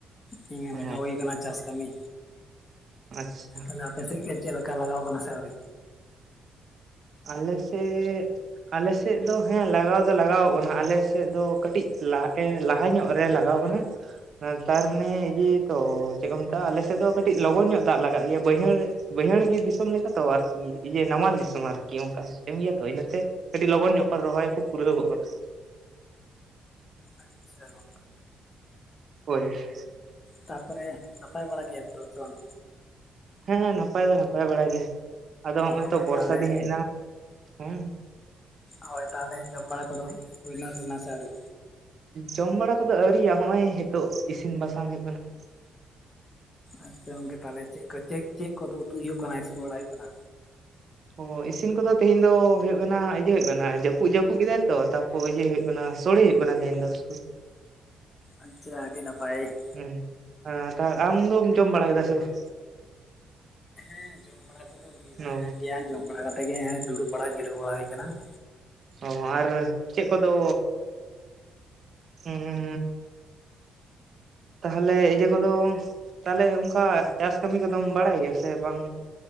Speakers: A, on the left (about 35°); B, on the right (about 55°).
A: ᱫᱤᱭᱮ
B: ᱚ
A: ᱞᱟᱜᱟᱣ ᱦᱩᱭ ᱠᱟᱱᱟ ᱪᱟᱥ ᱠᱟᱹᱢᱤ᱾
B: ᱟᱪᱪᱷᱟ᱾
A: ᱛᱟᱦᱚᱞᱮ ᱟᱯᱮ ᱥᱮᱫ ᱜᱮ ᱪᱮᱫ ᱞᱮᱠᱟ ᱞᱟᱜᱟᱣ ᱟᱠᱟᱱᱟ ᱥᱮ ᱟᱹᱣᱨᱤ?
B: ᱟᱞᱮ ᱥᱮᱫᱼᱼ ᱟᱞᱮ ᱥᱮᱫ ᱫᱚ ᱦᱮᱸ ᱞᱟᱜᱟᱣ ᱫᱚ ᱞᱟᱜᱟᱣ ᱠᱟᱱᱟ, ᱟᱞᱮ ᱥᱮᱫ ᱫᱚ ᱠᱟᱹᱴᱤᱡ ᱞᱟ ᱮ ᱞᱟᱦᱟᱼᱼ ᱞᱟᱦᱟ ᱧᱚᱜ ᱨᱮ ᱞᱟᱜᱟᱣ ᱟᱠᱟᱱᱟ ᱾ ᱛᱟᱨ ᱢᱟᱱᱮ ᱤᱭᱟᱹ ᱛᱚ ᱪᱮᱫ ᱠᱚ ᱢᱮᱛᱟᱜᱼᱟ ᱟᱞᱮ ᱥᱮᱫ ᱫᱚ ᱠᱟᱹᱴᱤᱡ ᱞᱚᱜᱚᱱ ᱧᱚᱜ ᱫᱟᱜ ᱞᱟᱜᱟᱜ ᱜᱮᱭᱟ ᱵᱟᱹᱭᱦᱟᱹᱲ ᱵᱟᱹᱭᱦᱟᱹᱲ ᱜᱮ ᱫᱤᱥᱚᱢ ᱞᱮᱠᱟ ᱛᱚ ᱟᱨᱠᱤ ᱤᱭᱟᱹ ᱱᱟᱢᱟᱞ ᱫᱤᱥᱚᱢ ᱾ ᱟᱨᱠᱤ ᱚᱝᱠᱟ ᱥᱤᱥᱴᱮ <unintelligible> ᱜᱮᱭᱟ ᱛᱚ ᱤᱱᱟᱹ ᱛᱮ ᱠᱟᱹᱴᱤᱡ ᱞᱚᱜᱚᱱ ᱧᱚᱜ ᱠᱚ ᱨᱚᱦᱚᱭ ᱯᱩᱨᱟᱹᱣ ᱜᱚᱜ ᱠᱟᱫᱟ ᱾
A: ᱟᱪᱪᱷᱟ ᱾
B: ᱦᱳᱭ ᱾
A: ᱛᱟ ᱯᱚᱨᱮ ᱱᱟᱯᱟᱭ ᱵᱟᱲᱟ ᱜᱮᱭᱟᱢ ᱛᱚ ᱥᱮ ᱵᱟᱝ?
B: ᱦᱮᱸ ᱱᱟᱯᱟᱭ ᱫᱚ ᱱᱟᱯᱟᱭ ᱵᱟᱲᱟ ᱜᱮ ᱾ ᱟᱫᱚ ᱦᱚᱜᱼᱚᱭ
A: ᱦᱳᱭ
B: ᱛᱚ ᱵᱚᱨᱥᱟ
A: ᱛᱟᱦᱚᱞᱮ
B: ᱫᱤᱱ ᱦᱮᱡ ᱮᱱᱟ ᱦᱩᱸ ᱾
A: ᱦᱳᱭ ᱛᱟᱦᱞᱮ ᱡᱚᱢ ᱵᱟᱲᱟ ᱠᱚ ᱫᱚ ᱦᱩᱭᱱᱟ <unintelligible> ᱥᱮ ᱟᱣᱨᱤ?
B: ᱡᱚᱢ ᱵᱟᱲᱟ ᱠᱚ ᱫᱚ ᱟᱹᱣᱨᱤᱭᱟᱜᱼᱟ, ᱦᱚᱸᱜᱼᱚᱭ ᱦᱮᱛᱳᱜ ᱤᱥᱤᱱ ᱵᱟᱥᱟᱝ ᱦᱩᱭᱩᱜ ᱠᱟᱱᱟ ᱾
A: ᱟᱪᱪᱷᱟ ᱾ᱜᱚᱝᱠᱮ ᱛᱟᱞᱦᱮ ᱪᱮᱫ ᱠᱚ ᱪᱮᱫ ᱪᱮᱫ ᱠᱚ ᱫᱚ ᱩᱛᱩ ᱦᱩᱭᱩᱜ ᱠᱟᱱᱟ ᱤᱥᱤᱱ ᱵᱟᱲᱟ ᱦᱩᱭᱩᱜ ᱠᱟᱱᱟ?
B: ᱚ ᱤᱥᱤᱱ ᱠᱚ ᱫᱚ ᱛᱮᱦᱤᱧ ᱫᱚ ᱦᱩᱭᱩᱜ ᱠᱟᱱᱟ ᱤᱭᱟᱹ ᱦᱩᱭᱩᱜ ᱠᱟᱱᱟ ᱡᱟᱹᱯᱩᱫ ᱡᱟᱹᱯᱩᱫ ᱠᱮᱫᱟᱭ ᱛᱚ ᱛᱟᱯᱚᱨ ᱛᱚ ᱤᱭᱟᱹ ᱦᱩᱭᱩᱜ ᱠᱟᱱᱟ, ᱥᱳᱲᱮ ᱦᱩᱭᱩᱜ ᱠᱟᱱᱟ ᱛᱤᱦᱤᱧ ᱫᱚ ᱾
A: ᱟᱪᱪᱷᱟ, ᱟᱹᱰᱤ ᱱᱟᱯᱟᱭ ᱾
B: ᱦᱩᱸ ᱛᱟᱦ ᱟᱢ ᱫᱚᱚᱢ ᱡᱚᱢ ᱵᱟᱲᱟ ᱠᱮᱫᱟ ᱥᱮ ᱵᱟᱝ?
A: ᱦᱮ, ᱸ ᱡᱚᱢ ᱵᱟᱲᱟ ᱠᱚᱫᱚ ᱦᱩᱭ ᱵᱟᱲᱟ
B: ᱚ
A: ᱟᱠᱟᱱ ᱜᱮᱭᱟ ᱾ ᱡᱚᱢ ᱵᱟᱲᱟ ᱠᱟᱛᱮ ᱜᱮ ᱫᱩᱲᱩᱵ ᱵᱟᱲᱟ ᱡᱤᱨᱟᱹᱣ ᱵᱟᱲᱟ ᱦᱩᱭ ᱠᱟᱱᱟ ᱾
B: ᱚ ᱟᱨ ᱪᱮᱫ ᱠᱚ ᱫᱚ? ᱩᱸᱻ ᱛᱟᱦᱚᱞᱮ ᱤᱭᱟᱹ ᱠᱚᱫᱚ ᱛᱟᱦᱚᱞᱮ ᱚᱜᱠᱟ ᱪᱟᱥ ᱠᱟᱹᱢᱤ ᱠᱚᱫᱚᱢ ᱵᱟᱲᱟᱭ ᱜᱮᱭᱟ ᱥᱮ ᱵᱟᱝ?